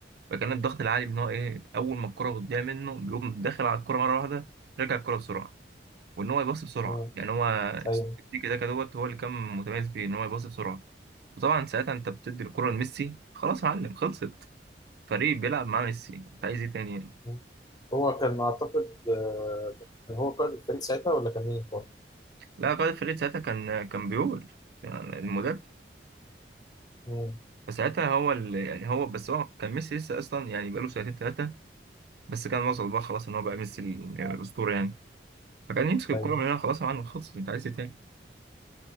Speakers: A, on the right; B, on the left.
A: فكان الضغط العالي ان هو ايه اول ما الكره بتضيع منه بيقوم داخل على الكره مره واحده رجع الكره بسرعه وان هو يباصي بسرعه
B: مم.
A: يعني هو
B: ايوه
A: التيكي تاكا دوت هو اللي كان متميز بيه ان هو يباصي بسرعه وطبعا ساعتها انت بتدي الكره لميسي خلاص يا معلم خلصت فريق بيلعب مع ميسي انت عايز ايه تاني يعني؟
B: مم. هو كان اعتقد آه، كان هو قائد الفريق ساعتها ولا كان مين برضه؟
A: لا قائد الفريق ساعتها كان كان بيقول يعني المدرب
B: مم.
A: فساعتها هو اللي يعني هو بس هو كان ميسي لسه اصلا يعني بقاله سنتين ثلاثه بس كان وصل بقى خلاص ان هو بقى ميسي ال- الاسطوره يعني فكان يمسك الكره
B: ايوه
A: من هنا خلاص يا معلم خلصت انت عايز ايه تاني